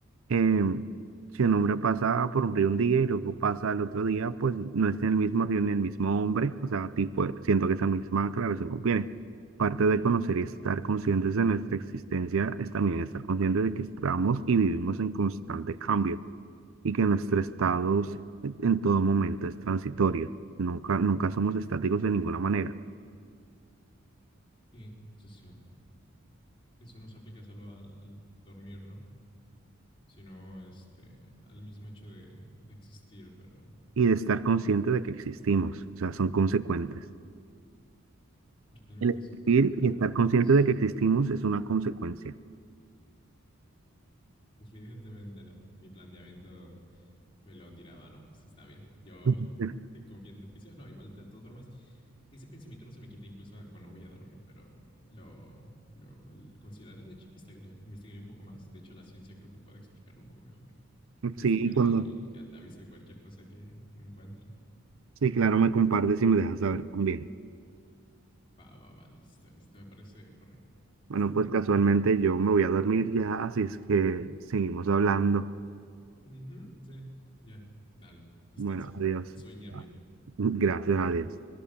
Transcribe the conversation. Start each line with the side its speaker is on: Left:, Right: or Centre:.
Right: em, si un hombre pasa por un río un día y luego pasa al otro día, pues no es ni el mismo río ni el mismo hombre. O sea, tipo, eh, siento que esa misma aclaración conviene. Parte de conocer y estar conscientes de nuestra existencia es también estar conscientes de que estamos y vivimos en constante cambio. y que nuestro estado s- en todo momento es transitorio. Nunca, nunca somos estáticos de ninguna manera.
Left: Sí, eso es cierto. Eso no se aplica solo al, al dormir, ¿no? Sino este, al mismo hecho de, de existir, pero
Right: Y de estar consciente de que existimos, o sea, son consecuentes.
Left: realmente
Right: El existir
Left: sí, sí, eh,
Right: y estar consciente
Left: tienes.
Right: de que existimos es una consecuencia.
Left: Evidentemente no. Mi planteamiento me lo tiraba, no, pues está bien. Yo
Right: <laughs>
Left: <laughs> confío en tu juicio. No, igual, de todas formas, ese pensamiento no se me quita incluso cuando voy a dormir, pero lo, lo consideraré. De hecho, investigaré, investigaré un poco más. De hecho, la ciencia creo que puede explicarlo un poco mejor. Investigaré
Right: Sí, cuando,
Left: y ya te aviso de cualquier cosa que encuentre.
Right: sí, claro, me compartes y me dejas saber también.
Left: Va, va, va, listo, listo. Me parece correcto. ¿Listo?
Right: Bueno, pues casualmente yo me voy a dormir ya, así es que seguimos hablando.
Left: Ujú, Sí, ya, dale, descanso.
Right: Bueno, adiós.
Left: Sueña bien.
Right: Gracias, adiós.